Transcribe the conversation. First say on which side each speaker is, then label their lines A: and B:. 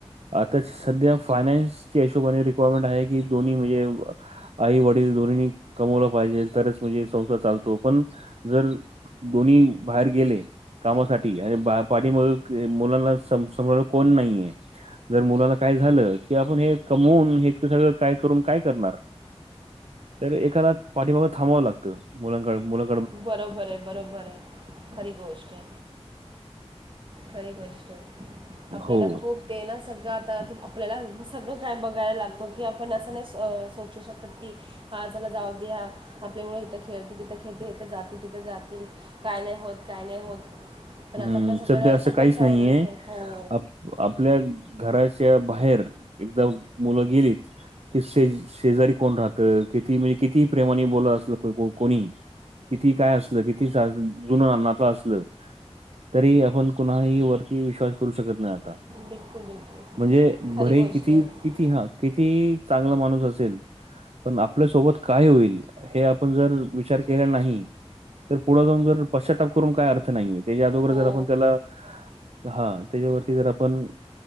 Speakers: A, on the right (about 70°); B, on the right (about 50°).
A: आता सध्या फायनान्सच्या हिशोबाने रिक्वायरमेंट आहे की, दोन्ही म्हणजे- आई वडील दोन्हीनी कमवलं पाहिजे. तरच म्हणजे संसार चालतो पण जर- दोन्ही बाहेर गेले- कामासाठी. आणि बा पाठीमाग मुलांना स सांभाळायला कोण नाहीये- जर मुलाला काय झालं की आपण हे कमवून हे इतकं सगळ काय करून काय करणार? तर एकाला पाठीमाग थांबावं लागतं. मुलांकड मुला-
B: बरोबर ए. बरोबर ए. खरी गोष्ट ए. खरी गोष्ट ए. आपल्याला
A: हो.
B: खूप- ते ना सगळं आता त आपल्याला सगळं काय बघायला लागतं की आपण असं नाही स सोचू शकत की- हा. चला जाऊ द्या आपल मुल इथं खेळतेय तिथं खेळतेय. इथे जातील तिथे जातील. काय नाही होत. काय नाही होत. तर
A: हं.
B: आता आपण सगळ
A: सध्या असं
B: सगळं
A: काहीच
B: काळजी
A: नाहीये.
B: पण हो.
A: आप आपल्या घराच्या बाहेर एकदा मुलं गेलीत- कि शे शेजारी कोण राहतं? किती म्हणजे किती- प्रेमानी बोललं असलं कोणी. किती काय असलं किती जुनं नातंअसलं- तरीही आपण कुणाही वरती विश्वास करू शकत नाही आ- -ता.
B: बिलकुल बिलकुल
A: म्हणजे
B: खरी
A: भरे
B: गोष्ट
A: कितीही
B: आहे
A: - किती हां. किती चांगला माणूस असेल- पण आपल्यासोबत काय होईल? हे आपण जर विचार केला नाही- तर पुढं जाऊन जर पश्चाताप करून काय अर्थ नाहीये. त्याच्या अदोगर
B: हो
A: जर आपण त्याला- हां. त्याच्यावरती जर आपण